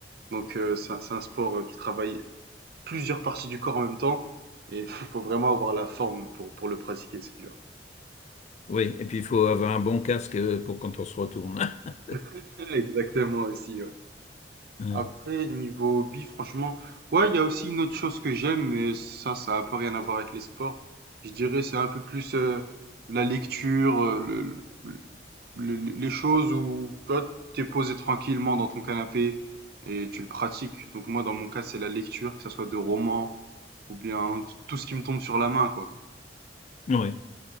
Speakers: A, on the right; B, on the left.
A: Donc euh, c'est un c'est un sport euh, qui travaille plusieurs parties du corps en même temps et <laughs> il faut vraiment avoir la forme pour, pour le pratiquer, celui-là.
B: Oui, et puis il faut avoir un bon casque euh, pour quand on se retourne. <laughs>
A: <laughs> Exactement aussi, ouais.
B: Euh,
A: Après, niveau hobby, franchement, ouais, il y a aussi une autre chose que j'aime, mais ça, ça a un peu rien à voir avec les sports. Je dirais, c'est un peu plus euh, la lecture, euh, le, le- le- les choses où toi, t'es posé tranquillement dans ton canapé et tu le pratiques. Donc moi, dans mon cas, c'est la lecture, que ça soit de romans ou bien tout ce qui me tombe sur la main, quoi.
B: oui,